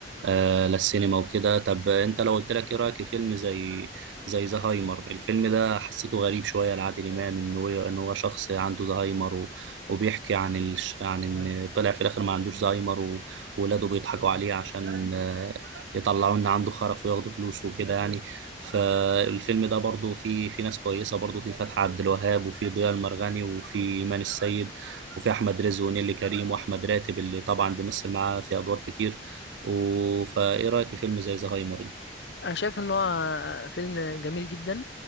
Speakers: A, on the right; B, on the left.
A: آه للسينما وكده طب انت لو قلت لك ايه رايك في فيلم زي زي زهايمر الفيلم ده حسيته غريب شويه لعادل امام ان هو ان هو شخص عنده زهايمر و... وبيحكي عن ال... عن ان طلع في الاخر ما عندوش زهايمر و- وولاده بيضحكوا عليه عشان آه يطلعوا ان عنده خرف وياخدوا فلوسه وكده يعني فالفيلم ده برضو فيه في ناس كويسه برضو في فتحي عبد الوهاب وفي ضياء المرغني وفي ايمان السيد وفي احمد رزق ونيلي كريم واحمد راتب اللي طبعا بيمثل معاه في ادوار كتير و- فايه رايك في فيلم زي زهايمر ده؟
B: انا شايف ان هو فيلم جميل جدا